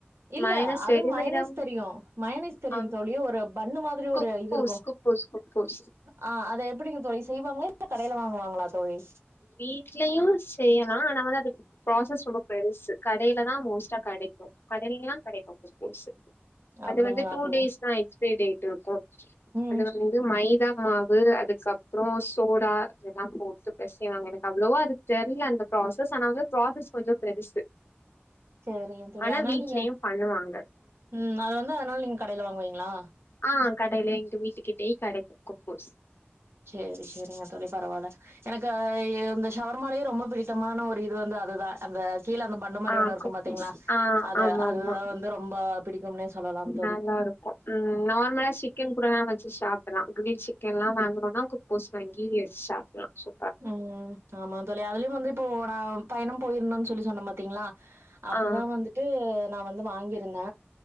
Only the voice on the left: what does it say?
மயனஸ்
ரெடிமேடா
ஆ
குப்பூஸ்
குப்பூஸ் குப்பூஸ்
வீட்லயு செய்யலா ஆனாவது அது ப்ராசஸ் ரொம்ப பெருசு கடைல தா மோஸ்ட்டா கடக்கு கடை எல்லா கெடைக்கு தட் மீன்ஸு அது
வந்து டு
டேஸ் தா எக்ஸ்பரி டேட் இருக்கு
அது வந் மைதா மாவு அதுக்கப்றோ சோடா எல்லா போட்டு பெசை வாங்க எனக்கு அவ்ளோ வா அது தெர்ல அந்த ப்ராசஸ் ஆனா ப்ராசஸ் கொஞ்சோ பெருசு
ஆனா
வீட்லயு
பண்ணுவாங்க
ஆ கடைலே எங்க வீட்டுக்கிட்டே கடக்குக்கு குப்பூஸ்
ஆ
குக்கூஸ்
ஆ
ஆமா
ஆமா
நல்லா இருக்கு ம் நர்மளா ஷி கென் கூடலா வச்சு ஷாப்புலா கிரில்சிக்கன்லா வாங்குனோனா குப்போஸ் வாங்கி ஷாப்புலா சூ
ஆ